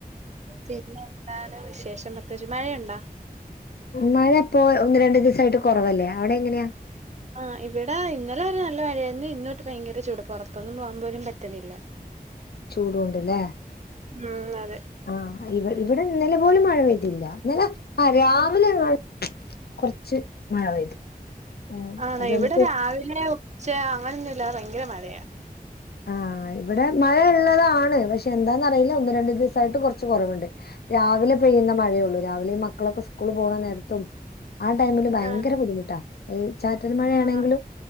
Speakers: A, on the right; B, on the left.
A: പിന്നെ എന്താണ് വിശേഷം പ്രത്യേകിച്ച് മഴയുണ്ടോ?
B: മഴ ഇപ്പൊ ഒന്നുരണ്ട് ദിവസായിട്ട് കുറവല്ലേ അവിടെങ്ങനെയാ
A: ആ ഇവിടെ ഇന്നലെ വരെ നല്ല മഴയായിരുന്നു ഇന്ന് തൊട്ട് ഭയങ്കര ചൂടാ പുറത്തൊന്നും പോകാൻ പോലും പറ്റണില്ല.
B: ചൂടോണ്ട് ലേ.
A: മ്മ് അ
B: ആഹ് ഇവി ഇവിടെ ഇന്നലെ പോലും മഴ പെയ്തില്ല. ഇന്നലെ ആഹ് രാവിലെങ്ങാനും കൊർച്ച് മഴ പെയ്തു. ഉം
A: ആണോ
B: അത് നമുക്ക്
A: ഇവടെ രാവിലെ ച്ച അങ്ങനൊന്നുല്ല ഭയങ്കര മഴ.
B: ആഹ് ഇവടെ മഴ ഇ ള്ളതാണ് പഷേ എന്താന്നാറീലഒന്ന് രണ്ട് ദിവസായിട്ട് കൊർച്ച് കൊറവ്ണ്ട്. രാവിലെ പെയ്യ്ന്ന മഴോള്ളു രാവിലെ ഈ മക്കളൊക്കെ സ്കൂൾ പോണ നേരത്തും. ആ ടൈമില് ഭയങ്കര
A: ആഹ്
B: ബുദ്ധിമുട്ടാ. ചാറ്റൽ മഴയാണങ്കിലും
A: ആഹ്